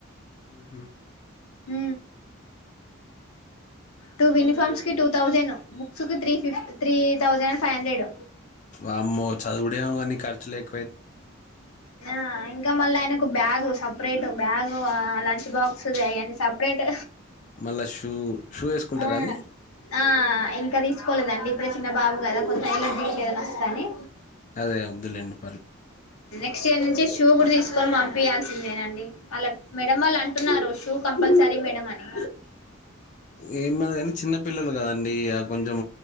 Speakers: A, on the left; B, on the left.
A: హహ
B: ఊ టూ యూనిఫార్మ్స్ కి టూ థౌజండ్ బుక్స్ కి త్రీ ఫిఫ్ three thousand and five hundred
A: వామ్మో చదువుడేమో కానీ ఖర్చులేక
B: నా ఇంకా మా ఆన్లైన్కు బ్యాగు్ సపరేట్ బ్యాగు లంచ్ బాక్స్వని అయ్యని సపరేట్
A: మల్ల షూ షూ వేసుకుంటారా
B: ఆ
A: అండి
B: ఆ ఇంకాది తీసుకోలేదండి ఇప్పుడే చిన్న బాబు కదా కొంచం ఎల్లేర్జిస్ ఏదన్నా వస్తదని
A: అదే వద్దులెండి
B: నెక్ట్ ఇయర్ నుంచి షూ కూడా తీసుకొని పంపించయాల్సిందేనండి వాళ్ళ మేడం వాళ్ళు అంటున్నారు షూ కం కంపల్సరీ మేడం అని
A: ఏది కానీ చిన్న పిల్లలు కదండి కొంచెం